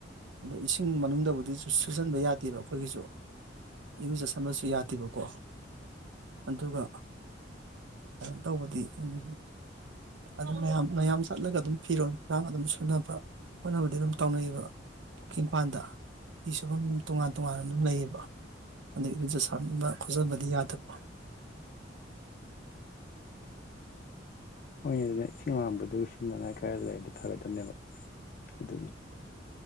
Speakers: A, on the right; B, on the left.
A: ꯑꯗꯣ ꯏꯁꯤꯡ ꯃꯅꯨꯡꯗꯕꯨꯗꯤ ꯁꯨ ꯁꯨꯖꯤꯟꯕ ꯌꯥꯗꯦꯕ ꯑꯩꯈꯣꯏꯒꯤꯁꯨ ꯏꯔꯨꯖꯁꯝꯕꯁꯨ ꯌꯥꯗꯦꯕꯀꯣ ꯑꯗꯨꯒ ꯀꯩꯅꯣ ꯇꯧꯕꯗꯤ ꯎꯨꯝ ꯑꯗꯨꯝ ꯃꯌꯥꯝ ꯃꯌꯥꯝ ꯆꯠꯂꯒ ꯑꯗꯨꯝ ꯐꯤꯔꯣꯟꯜ ꯐꯔꯥꯡ ꯑꯗꯨꯝ ꯁꯨꯅꯕ ꯍꯣꯠꯅꯕꯗꯤ ꯑꯗꯨꯝ ꯇꯧꯅꯩꯌꯦꯑꯕ ꯄꯨꯣꯛ꯭ꯀꯤ ꯏꯄꯥꯟꯗ ꯐꯤ ꯁꯨꯐꯝ ꯇꯣꯉꯥꯟ ꯇꯣꯉꯥꯟꯅ ꯑꯗꯨꯝ ꯂꯩꯌꯦꯕ ꯑꯗꯩ ꯏꯔꯨꯖꯁꯟꯕ ꯈꯣꯠꯆꯟꯕꯗꯤ ꯌꯥꯗꯕ
B: ꯍꯣꯏꯅꯤ ꯑꯗꯨꯅ ꯏꯁꯤꯡ ꯍꯥꯡꯝꯕꯗꯨ ꯁꯤꯖꯤꯟꯅꯉꯥꯏ ꯈꯔ ꯂꯩꯔꯗꯤ ꯐꯒꯗꯕꯅꯦꯕ ꯑꯗꯨꯅꯤ